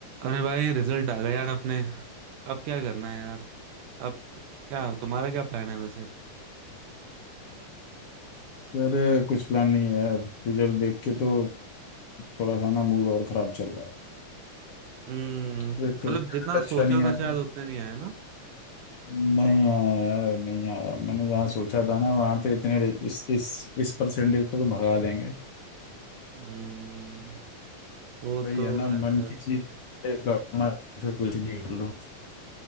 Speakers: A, on the right; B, on the left.
A: अरे भाई रिजल्ट आ गया यार अपने अब क्या करना है यार अब क्या तुम्हारा क्या प्लान है वैसे
B: अरे कुछ प्लान नहीं है यार रिजल्ट देख के तो थोड़ा सा ना मूड और खराब चल रहा
A: हम्म
B: है
A: मतलब
B: एक तो रिजल्ट
A: जितना सोचा
B: अच्छा नहीं आया
A: था शायद उतने नहीं आए ना
B: नहीं आया यार नहीं आया मैंने जहाँ सोचा था ना वहाँ तो इतने रि- इस इस इस परसेंटेज पे तो भगा देंगे
A: हम्म वो
B: भाई
A: तो
B: है ना मन
A: है।
B: की चीज करना फिर कुछ भी कर लो